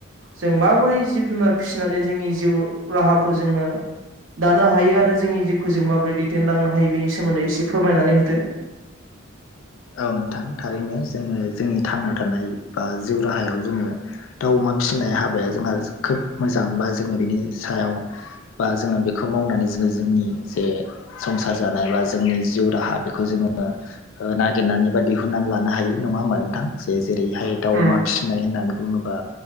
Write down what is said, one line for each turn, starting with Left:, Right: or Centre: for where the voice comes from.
Right: जों माबोरै जिब जुनार फिसिनानै जोंनि जिउ राहाखौ जोङो दानो हायो आरो जोंनि जिउखौ जों माबोरै दैदेनलांनो हायो बेनि सोमोन्दै एसे फोरमायनानै होदो
Left: औ नोंथां थारैनो जोङो जोंनि थांना थानाय बा जिउ राहायाव जोङो दाउ अमा फिसिनाय हाबाया जोंहा खोब मोजां बा जोङो बिनि सायाव बा जोङो बेखौ मावनानै जोङो जोंनि जे संसार जानाय बा जोंनि जिउ राहा बेखौ जोङो ना गिरनानै बा दिहुननानै लानो हायो नङा होमबा नोंथां जे जेरैहाय दाउ
Right: उम
Left: अमा फिसिनाय होननानै बुङोबा